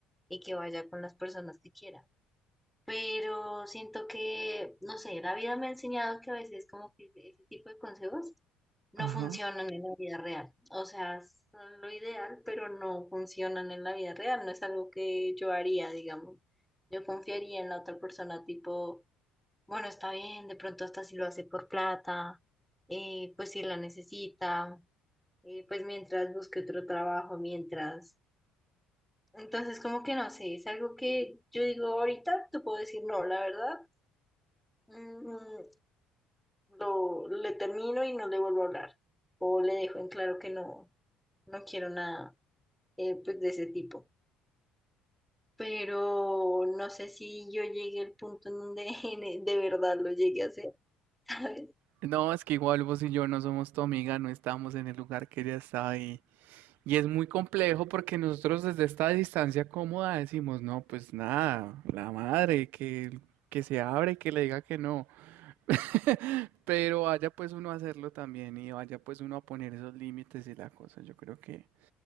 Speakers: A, in the centre; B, on the right.
A: y que vaya con las personas que quiera pero siento que, no sé, la vida me ha enseñado que a veces como que ese ese tipo de consejos no
B: Ajá.
A: funcionan en la vida real. O sea, son lo ideal, pero no funcionan en la vida real. No es algo que yo haría, digamos. Yo confiaría en la otra persona, tipo, bueno, está bien, de pronto hasta si lo hace por plata, eh, pues si la necesita, eh, pues mientras busque otro trabajo, mientras... Entonces, como que no sé, es algo que yo digo ahorita, te puedo decir no, la verdad mm, lo, le termino y no le vuelvo a hablar. O le dejo en claro que no, no quiero nada eh, pues de ese tipo. Pero no sé si yo llegué al punto en donde <laughs> de verdad lo llegué a hacer, <laughs> ¿sabes?
B: No, es que igual vos y yo no somos tu amiga, no estábamos en el lugar que ella estaba y Y es muy complejo porque nosotros desde esta distancia cómoda decimos, no, pues nada, la madre, que, que se abre y que le diga que no. <laughs> Pero vaya pues uno a hacerlo también y vaya pues uno a poner esos límites y la cosa. Yo creo que